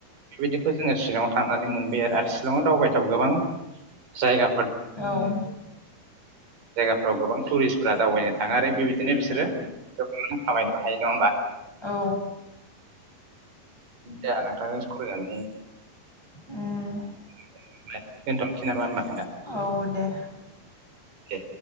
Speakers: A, on the right; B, in the centre.
A: बेबायदिखौ जोङो सिलङाव थांनानै मोन बे आरो सिलङाव दावबायथाव गोबां जायगा
B: औ
A: जायगाफ्राव गोबां टुरिस्टफोरा दावबायनो थाङो आरो बिबायदिनो बिसोरो ओ बि खामायनोबो हायो नङा होमबा?
B: औ
A: दे नोंथांजों सावरायनानै
B: उम
A: <unintelligible> दोनथ'सै नामा होनोमबा नोंथा
B: औ दे
A: दे।